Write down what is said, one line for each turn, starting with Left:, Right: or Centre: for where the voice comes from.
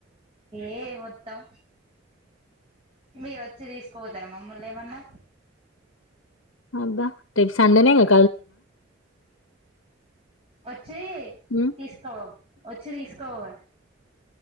Right: ఏ వద్దాం మీరు వచ్చి తీసుకోతారా మమ్మల్ని ఏమన్నా
Left: అబ్బా ర సండనే క
Right: వచ్చి
Left: హ్మ్
Right: తీసుకో వచ్చి తీసుకోవ